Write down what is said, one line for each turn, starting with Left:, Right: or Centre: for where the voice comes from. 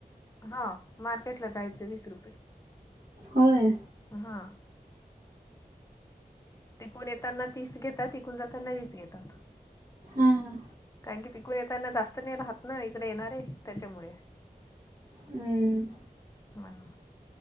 Left: हा मार्केटला जायचं वीस रुपये.
Right: होय
Left: हा तिकून येताना तीस घेतात इकून जाताना वीस घेतात.
Right: हा हा
Left: कारण की तिकून येताना जास्त नाही राहत ना इकडे येणारे त्याच्यामुळे.
Right: हम्म
Left: <unintelligible>